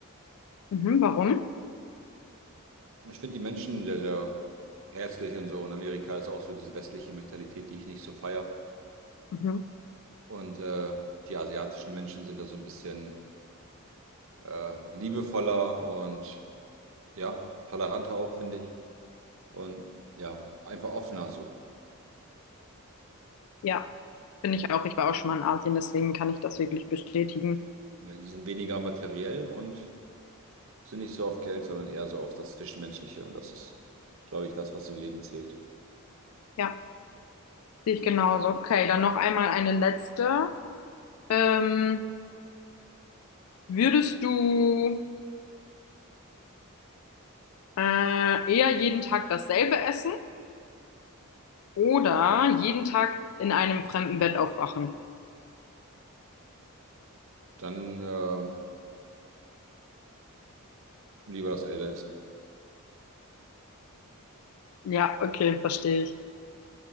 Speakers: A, on the left; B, on the right.
A: Mhm, warum?
B: Ich finde die Menschen sehr, sehr herzlich und so. Und Amerika ist auch so diese westliche Mentalität, die ich nicht so feiere.
A: Mhm.
B: Und äh, die asiatischen Menschen sind da so ein bisschen äh, liebevoller und ja, toleranter auch, finde ich. und ja, einfach offener so.
A: Ja, finde ich auch. Ich war auch schon mal in Asien, deswegen kann ich das wirklich bestätigen.
B: Ja, die sind weniger materiell und sind nicht so auf Geld, sondern eher so auf das Zwischenmenschliche und das ist, glaube ich, das, was im Leben zählt.
A: Ja, sehe ich genauso. Okay, dann noch einmal eine letzte. Ähm, würdest du äh, eher jeden Tag dasselbe essen oder jeden Tag in einem fremden Bett aufwachen?
B: Dann äh, lieber das Elbe essen.
A: Ja, okay, verstehe ich.